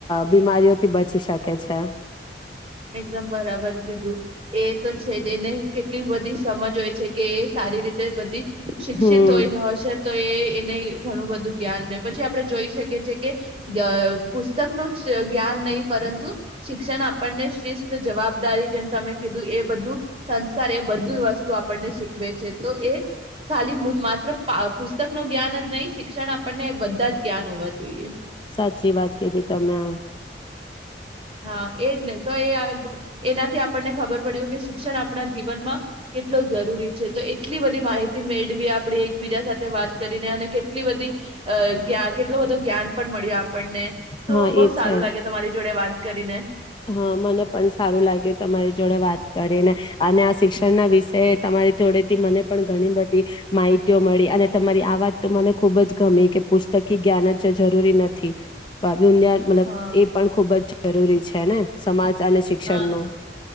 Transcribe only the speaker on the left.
બીમારીઓથી બચી શકે છે.
હમ
સાચી વાત કિધી તમે આ.
હા એ
છે
હા મને પણ સારું લાગ્યું તમારી જોડે વાત કરીને અને આ શિક્ષણના વિશેએ તમારી જોડેથી મને પણ ઘણી બધી માહિતીઓ મળી અને તમારી આ વાત તો મને ખુબ જ ગમી કે પુસ્તકી જ્ઞાન જે જરૂરી નથી. બ દુનિયા જ મતલબ
એ પણ ખુબ જ જરૂરી છે. છે, ને સમાજ અને શિક્ષણ
નું